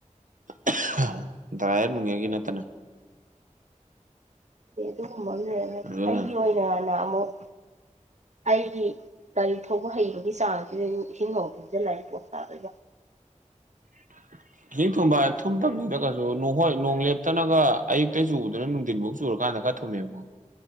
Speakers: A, on the right; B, on the right.
A: <unintelligible> ꯗ꯭ꯌꯥꯔ ꯅꯨꯡꯌꯔꯒꯤ ꯅꯠꯇꯅ
B: ꯑꯗꯨꯒꯨꯝꯕ ꯑꯃ ꯂꯩꯔꯝ
A: ꯑꯗꯨꯅꯅꯦ
B: ꯑꯩꯒꯤ ꯑꯣꯏꯅꯅ ꯑꯃꯨꯛ ꯑꯩꯒꯤ ꯒꯥꯔꯤ ꯊꯧꯕ ꯍꯩꯕꯒꯤ ꯆꯥꯡꯁꯤꯅꯖꯨ ꯏꯁꯤꯡ ꯑꯃꯨꯛ ꯐꯨꯖꯤꯜ ꯂꯗꯤ ꯄꯣꯠ ꯇꯥꯗꯣꯏꯕ
A: <unintelligible> ꯏꯁꯤꯡ ꯊꯨꯝꯕꯥ ꯍꯥꯏ ꯊꯨꯝꯇꯃꯤꯗꯀꯩꯁꯨ ꯅꯣꯡ ꯍꯣꯏ ꯅꯣꯡ ꯂꯦꯞꯇꯅꯒ ꯑꯌꯨꯛꯇ ꯆꯨꯕꯗꯨꯅ ꯅꯨꯡꯊꯤꯟꯐꯧ ꯆꯨꯔꯀꯥꯟꯗ ꯀ ꯊꯃꯦꯕꯨ